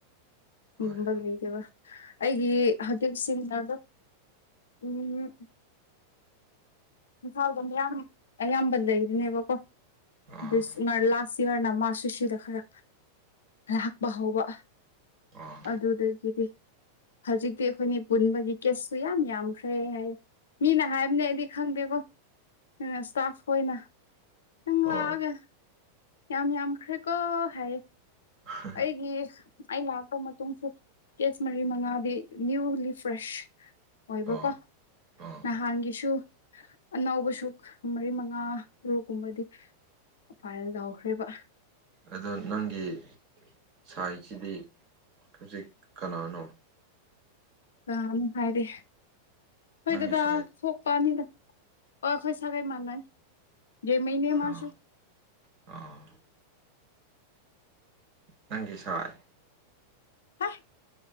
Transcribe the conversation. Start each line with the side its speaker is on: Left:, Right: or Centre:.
Right: ꯍꯣꯏ
Left: ꯒꯨꯝꯕ ꯂꯩꯇꯦꯕ ꯑꯩꯒꯤ ꯍꯧꯖꯤꯛꯁꯤꯅ ꯎꯝ ꯏꯝꯐꯥꯜꯗ ꯃꯌꯥꯝ ꯑꯌꯥꯝꯕ ꯂꯩꯕꯅꯦꯕꯀꯣ
Right: ꯑꯥ
Left: ꯗꯤꯁ ꯃꯥꯏ ꯂꯥꯁ ꯄꯤꯌꯔꯅ ꯃꯥꯁꯨ ꯁꯤꯗ ꯈꯔ ꯂꯥꯛꯄ ꯍꯧꯕ
Right: ꯑꯣ
Left: ꯑꯗꯨꯗꯒꯤꯗꯤ ꯍꯧꯖꯤꯛꯇꯤ ꯑꯩꯈꯣꯏꯅꯤ ꯄꯨꯟꯕꯒꯤ ꯀꯦꯁꯁꯨ ꯌꯥꯝ ꯌꯥꯝꯈ꯭ꯔꯦ ꯍꯥꯏꯌꯦ ꯃꯤꯅ ꯍꯥꯏꯕꯅꯦ ꯑꯩꯗꯤ ꯈꯪꯗꯦꯕꯣ ꯗꯨꯅ ꯁ꯭ꯇꯥꯐ ꯍꯣꯏꯅ ꯅꯪ
Right: ꯑꯣ
Left: ꯂꯥꯛꯑꯒ
Right: ꯑꯣ
Left: ꯌꯥꯝ ꯌꯥꯝꯈ꯭ꯔꯦꯀꯣ ꯍꯥꯏꯌꯦ
Right: <inaudible>
Left: ꯑꯩꯒꯤ ꯑꯩ ꯂꯥꯛꯄ ꯃꯇꯨꯡꯁꯨ꯫ ꯀꯦꯁ ꯃꯔꯤ ꯃꯉꯥꯗꯤ ꯅ꯭ꯌꯨꯂꯤ ꯐ꯭ꯔꯦꯁ꯫ ꯑꯣꯏꯕꯀꯣ
Right: ꯑꯣ ꯑꯣ
Left: ꯅꯍꯥꯟꯒꯤꯁꯨ꯫ ꯑꯅꯧꯕꯁꯨ ꯃꯔꯤ ꯃꯉꯥ ꯇꯔꯨꯛ ꯀꯨꯝꯕꯗꯤ꯫ ꯐꯥꯏꯜ ꯇꯧꯈ꯭ꯔꯦꯕ꯫
Right: ꯑꯗꯣ ꯅꯪꯒꯤ ꯁꯥꯏꯖꯤꯗꯤ ꯍꯧꯖꯤꯛ ꯀꯅꯥꯅꯣ꯫
Left: ꯀꯅꯥꯅꯣ ꯍꯥꯏꯗꯤ ꯑꯈꯣꯏ
Right: ꯅꯪꯒꯤ
Left: ꯗꯥꯗ
Right: ꯁꯥꯏ
Left: ꯁꯣꯛꯄꯅꯤꯗ꯫ ꯍꯣꯏ ꯈꯣꯏ ꯁꯥꯒꯩ ꯃꯥꯟꯅꯩ ꯂꯦꯃꯩꯅꯦ ꯃꯥꯁꯨ
Right: ꯑꯥ ꯑꯥ ꯅꯪꯒꯤ ꯁꯥꯏ
Left: ꯍꯥꯏ